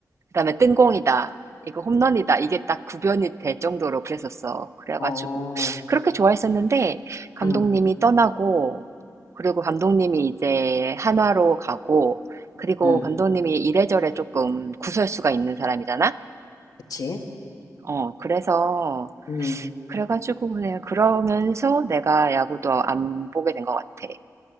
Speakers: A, on the right; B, on the left.
A: 그다음에 뜬공이다. 이거 홈런이다. 이게 딱 구별이 될 정도로 그랬었어. 그래
B: 어,
A: 가지고 그렇게 좋아했었는데 감독님이
B: 응,
A: 떠나고 그리고 감독님이 이제 한화로 가고 그리고
B: 응,
A: 감독님이 이래저래 조금 구설수가 있는 사람이잖아.
B: 그치.
A: 어, 그래서
B: 응.
A: 그래 가지고 그냥 그러면서 내가 야구도 안 보게 된 것 같아.